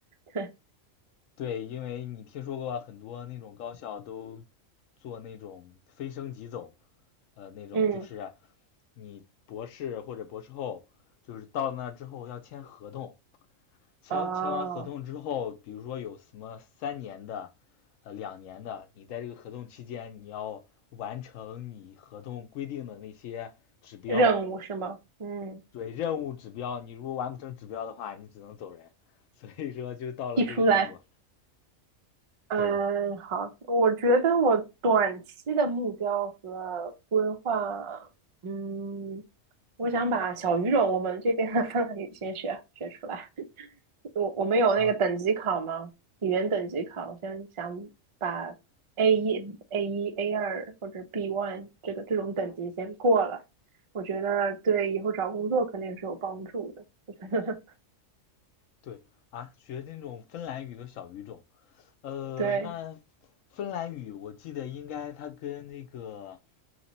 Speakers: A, on the right (about 45°); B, on the left (about 80°).
A: 对，
B: 对，因为你听说过很多那种高校都做那种非升即走，呃，那种就是
A: 嗯，
B: 你博士或者博士后，就是到那之后要签合同，签签完合同之后，
A: 哦，
B: 比如说有什么三年的，呃，两年的，你在这个合同期间你要完成你合同规定的那些指标。
A: 任务是吗？嗯，
B: 对任务指标，你如果完不成指标的话，你只能走人。所以说就到了这个地步。
A: 提出来，嗯，
B: 对，
A: 好，我觉得我短期的目标和规划，嗯，我想把小语种我们这边的芬兰语先学学出来。我我们有那个等级考吗？
B: 哦，
A: 语言等级考，我现在想把 A 一、A 一、A 二或者 B one 这个这种等级先过了，我觉得对以后找工作肯定是有帮助的。<laughs> 我觉得
B: 对啊，学那种芬兰语的小语种。呃，
A: <laughs> 对，
B: 那芬兰语我记得应该它跟那个